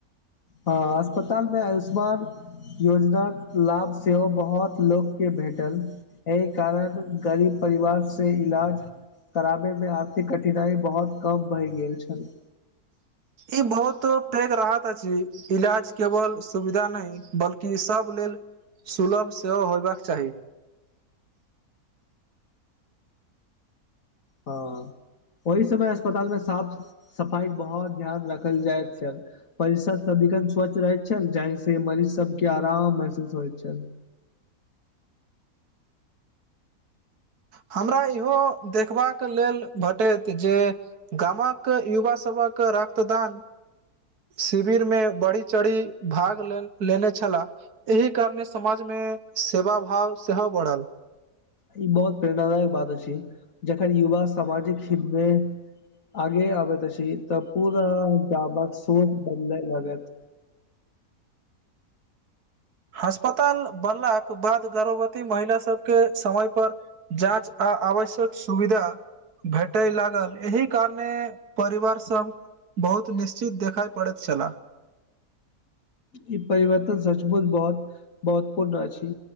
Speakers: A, on the left (about 60°); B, on the right (about 80°).
A: हँ अस्पतालमें आयुष्मान योजनाक लाभ सेहो बहुत लोकके भेटल एहि कारण गरीब परिवार से इलाज कराबै में आर्थिक कठिनाइ बहुत कम भए गेल छल
B: ई बहुत पेघ राहत अछि ईलाज केवल सुविधा नय बल्कि सब लेल सुलभ सेहो होयबाक चाही
A: हँ ओहि समय अस्पताल में साफ सफाइ के बहुत ध्यान राखल जाइत छन परिसर सबदिखन स्वच्छ रहैत छल जहि से मरीज सबके आराम महसूस होइत छल
B: हमरा इहो देखबाक लेल भेटैत जे गामक युवा सबक रक्तदान शिविर में बढ़ी चढ़ी भाग ले लेने छला एहि कारणे समाज में सेवा भाव सेहो बढ़ल
A: ई बहुत प्रेरणादायक बात अछि जखकर युवा सामाजिक हित में आगे आबै तऽ अछी तऽ पूरा गाबत सोच बदले लागत
B: अस्पताल बनलाके बाद गर्भवती महिला सबके समय पर जाँच आ आवश्यक सुविधा भेटय लागल एहि कारणे परिवार सब बहुत निश्चित देखाय पड़ैत छला
A: ई परिवर्तन सचमुच बहुत महत्वपूर्ण अछि